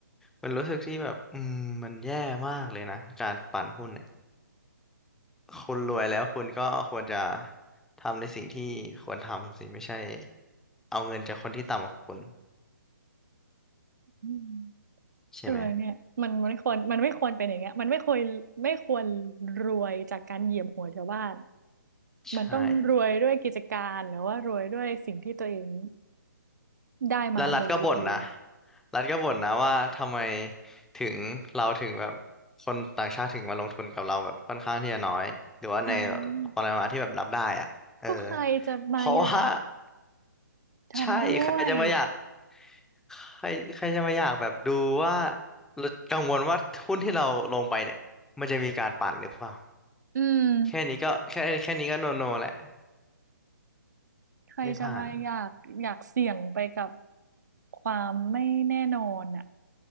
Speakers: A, in the centre; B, on the right.
A: มันรู้สึกที่แบบอืมมันแย่มากเลยนะการปั่นหุ้น คุณรวยแล้วคุณก็ควรจะทำในสิ่งที่ควรทำสิไม่ใช่เอาเงินจากคนที่ต่ำกว่าคุณ
B: อืม
A: ใช่ไหม
B: เออเนี่ยมันไม่ควรมันไม่ควรเป็นอย่างเงี้ยมันไม่ควรไม่ควรรวยจากการเหยียบหัวชาวบ้าน
A: ใช่
B: มันต้องรวยด้วยกิจการหรือว่ารวยด้วยสิ่งที่ตัวเองได้มาโดยดี
A: แล้วรัฐก็บ่นนะรัฐก็บ่นนะว่าทำไมถึงเราถึงแบบคนต่างชาติถึงมาลงทุนกับเราแบบค่อนข้างที่จะน้อยหรือว่าใน
B: อ่า
A: ปริมาณที่แบบนับได้อ่ะเออ
B: ก็ใครจะมาอยาก
A: เพราะว่า
B: ทำด้วย
A: ใช่ใครจะมาอยากใครใครจะมาอยากแบบดูว่าเรากังวลว่าหุ้นที่เราลงไปเนี่ยมันจะมีการปั่นหรือเปล่า
B: อืม
A: แค่นี้ก็แค่แค่นี้ก็โนโนแหละ
B: ใครจะมาอยากอยากเสี่ยงไปกับ
A: ไม่ผ่าน
B: ความไม่แน่นอนอ่ะ